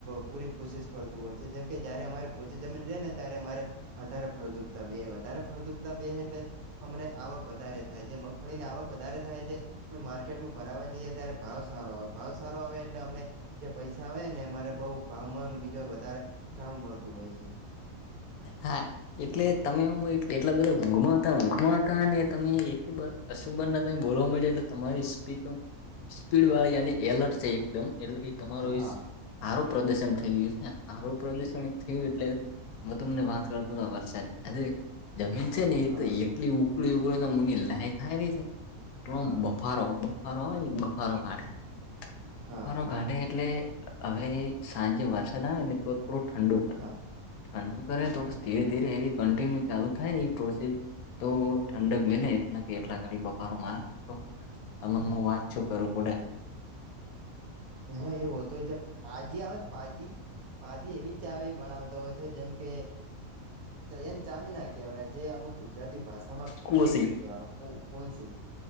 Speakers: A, on the right; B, on the left.
A: પૂરી કોશિશ કરતું હોય છે જેમ કે જયારે અમારી પોછી જમીન રહે ને ત્યારે અમારે વધારે ફળદુપતા બે વધારે ફળદુપતા બે એટલે અમને આવક વધારે થાય જે મગફળી ની આવક વધારે થાય છે અ માર્કેટમાં ભરાવા જઈએ ત્યારે પાાવ સારો આવે ભાવ સારો આવે એટલે અમને જે પૈસા આવે ને અમારે બઉ ભાવ મન બીજો વધારે સારું મળતું હોય છે
B: હા એટલે તમે એટલા બધા ઊંઘમાં હતા ઊંઘમાં હતા અને તમે એક અશુંબર ના ત બોલવા મળે એટલે તમારી સ્પીડ સ્પીડ વાળી અને એલર્ટ એકદમ એટલે એ તમારો
A: હા
B: આારું પ્રદર્શન થઈ ગયું છે ને આારું પ્રદર્શન થયું એટલે હું તમને વાત કરતો વરસાદ આજે જમીન છે ને એ
A: હા
B: એટલી ઉકળ ઉકળીને મુની લાય થાય રહી છે એલોમ
A: હા.
B: બફારો બફારો હોય બફારો કાઢે
A: હા હા
B: બફારો કાઢે એટલે હવે સાંજે વરસાદ આવે ને તો થોડું ઠંડુ પ
A: હા
B: ઠંડ કરે તો ધીરે ધીરે એ કન્ટિન્યુ ચાલુ થાય ને એ પ્રોસેસ તો ઠંડક મિલે એટના કે એટલા ઘડી બફારોમાં આવે તને
A: હા
B: હું વાંચ છું કરું પુડે
A: એમાં એવું હોતું હોય છે પાાજી આવે ને પાજી પાાજી એવી ચાી બનાવતા હોય છે જેમ કે એમ ચામી ના કેવા જે અમુક ગુજરાતી ભાષામાં
B: કોસી
A: કોનસી ક્યા કોન સ